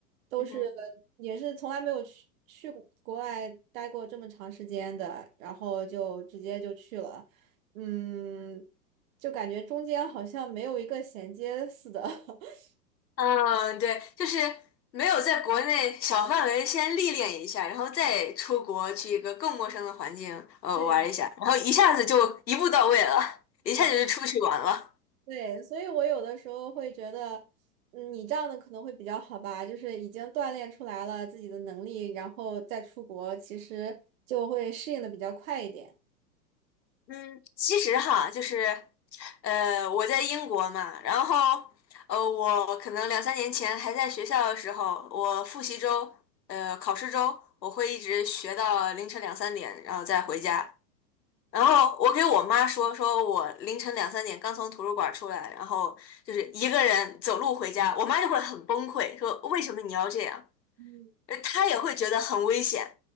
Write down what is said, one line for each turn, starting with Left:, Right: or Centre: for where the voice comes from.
Right: 都是
Left: 嗯哼
Right: 也是从来没有去去过国外待过这么长时间的，然后就直接就去了，嗯，就感觉中间好像没有一个衔接似的。<laughs>
Left: 嗯，对，就是没有在国内小范围先历练一下，然后再出国去一个更陌生的环境，呃，
Right: 对，
Left: 玩一下，然后一下子就一步到位了，一下子就出去玩了。
Right: 是的，对，所以我有的时候会觉得，嗯，你这样的可能会比较好吧，就是已经锻炼出来了自己的能力，然后再出国，其实就会适应的比较快一点。
Left: 嗯，其实哈，就是，呃，我在英国嘛，然后，呃，我可能两三年前还在学校的时候，我复习周，呃，考试周，我会一直学到凌晨两三点，然后再回家。然后我给我妈说，说我凌晨两三点刚从图书馆出来，然后就是一个人走路回家，我妈就会很崩溃，说为什么你要这样？
Right: 嗯，
Left: 呃她也会觉得很危险。